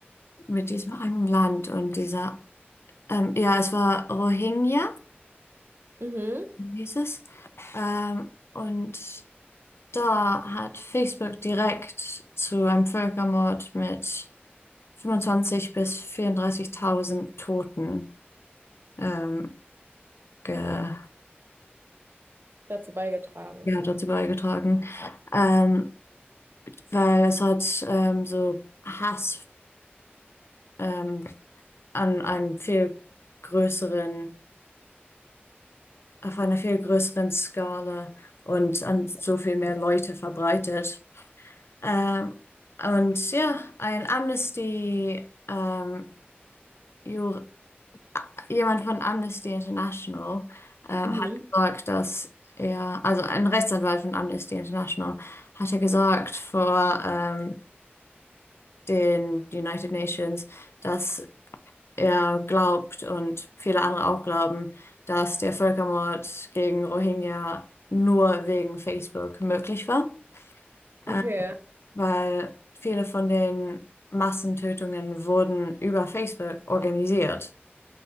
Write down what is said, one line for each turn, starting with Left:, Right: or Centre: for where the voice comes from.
Left: mit diesem einen Land und dieser, ähm, ja, es war Rohingya,
Right: Mhm.
Left: hieß es. Ähm, und Da hat Facebook direkt zu einem Völkermord mit 25 bis 34.000 Toten ähm, ge
Right: Dazu beigetragen.
Left: ja, dazu beigetragen, ähm, weil es hat ähm, so Hass ähm, an einem viel größeren, auf einer viel größeren Skala und an so viel mehr Leute verbreitet. Ähm, und ja, ein Amnesty ähm, Jur jemand von Amnesty International ähm,
Right: Mhm.
Left: Mhm. hat gesagt, dass er, also ein Rechtsanwalt von Amnesty International, hat er gesagt vor ähm, den United Nations, dass er glaubt und viele andere auch glauben, dass der Völkermord gegen Rohingya nur wegen Facebook möglich war, äh,
Right: Okay,
Left: weil viele von den Massentötungen wurden über Facebook organisiert.